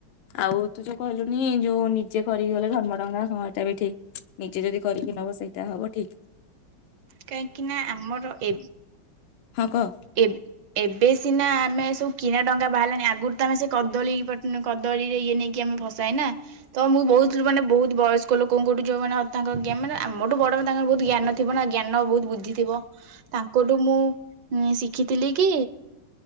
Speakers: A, on the left; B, on the right.
A: ଆଉ ତୁ ଯୋଉ କହିଲୁନି, ଯୋଉ ନିଜେ କରିକି ଗଲେ, ଧର୍ମଡଙ୍ଗା ହଁ, ଏଟା ବି ଠିକ । ନିଜେ ଯଦି କରିକି ନବା ସେଇ ତା ହବ ଠିକ ।
B: କାହିଁକି ନା, ଆମର ଏ
A: ହଁ କହ।
B: ଏବ ଏବେ ସିନା ଆମେ ସବୁ କିଣା ଡଙ୍ଗା ବାହାରିଲାଣି, ଆଗରୁ ତମେ ସେ, କଦଳୀ ପଟୁ କଦଳୀ ଇଏ ନେଇକି ଆମେ ଭସାଏ ନା, ତ ମୁଁ ବହୁତ ମାନେ ବହୁତ ବୟସ୍କ ଲୋକଙ୍କଠୁ ଯୋଉ ମାନେ ତାଙ୍କ ଜ୍ଞା ମାନେ ଆମରଠୁ ବଡ, ମାନେ ତାଙ୍କର ବହୁତ ଜ୍ଞାନ ଥିବ ଥିବ, ଜ୍ଞାନ ବହୁତ ବୁଦ୍ଧି ଥିବ, ତାଙ୍କଠୁ ମୁଁ ମୁଁଇ ଶିଖିଥିଲି, କି